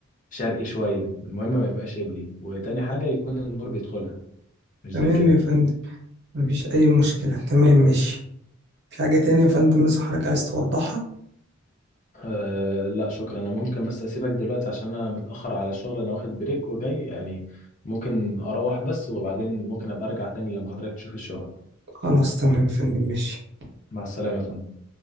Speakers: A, on the left (about 35°); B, on the right (about 50°).
A: شرقي شوية المهم ما يبقاش قبلي وتاني حاجة يكون النور بيدخلها مش
B: تمام
A: زي كده
B: يا فندم مفيش أي مشكلة تمام ماشي في حاجة تانية يا فندم مثلا حضرتك عايز توضحها
A: أه لا شكرا انا ممكن بس اسيبك دلوقتي عشان انا متأخر على الشغل انا واخد بريك وجاي يعني ممكن اروح بس وبعدين ممكن ابقى ارجع تاني لما حضرتك تشوف الشغل
B: خلاص تمام يا فندم ماشي
A: مع السلامة يا فندم